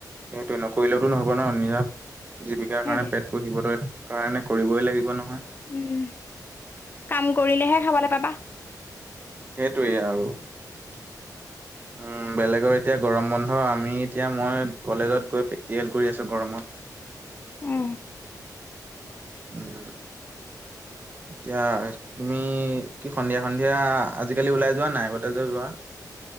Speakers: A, on the right (about 25°); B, on the left (about 30°).
A: সেইটোৱেই, নকৰিলেওঁতো নহ'ব ন, নিজা জীবিকাৰ
B: হে
A: কাৰণে
B: দে
A: পেট পুহিবলৈ কাৰণে আমি কৰিবই লাগিব ন?
B: উম, কাম কৰিলেহে খাবলৈ পাবা।
A: সেইটোৱেই আৰু। উম, বেলেগৰ এতিয়া গৰম বন্ধ আমি এতিয়া মই কলেজত গৈ প্ৰেক্টিকেল কৰি আছো গৰমত।
B: উম।
A: উম এতিয়া তুমি কি সন্ধিয়া সন্ধিয়া আজিকালি ওলাই যোৱা নে নাই? আগতে যে যোৱা।